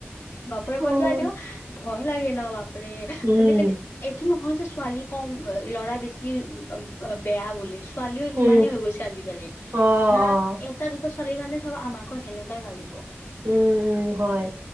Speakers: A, on the left; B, on the right.
A: বাপৰে
B: উম
A: সজাই তেওঁ ভয় লাগে ন বাপৰে
B: উম
A: আজিকালি এইটো নহয় যে ছোৱালী কম ল'ৰা বেছি বেয়া বুলিছো ছোৱালীও সিমানেই
B: উম
A: হৈ গৈছে আজিকালি,
B: অ
A: না
B: অ
A: তাত দুটা চোৱালীৰ কাৰণে চব আমাকো সেনেকুৱাই ভাবিব।
B: উম উম হয়